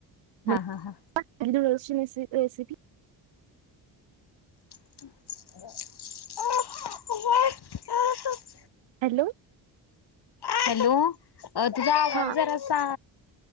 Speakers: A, on the left; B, on the right.
A: हा
B: मग
A: हा हा.
B: <unintelligible> रेसिपी.
A: <inaudible>
B: हॅलो.
A: हॅलो तुझा आवाज
B: हा
A: जरासा